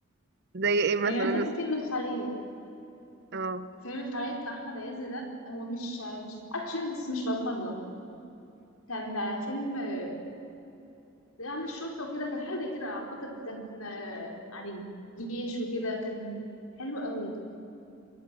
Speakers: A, on the right; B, on the left.
A: زي ايه مثلا
B: يعني مثلا في فيلم الخلية
A: اه
B: فيلم الخلية بتاع أحمد عز ده هو مش آه، مش أكشن بس مش بلطجة كان آه، فيلم آه، عن الشرطة وكده كان حاجة زي كده أعتقد كان آه، عن الجيش وكده كان حلو قوي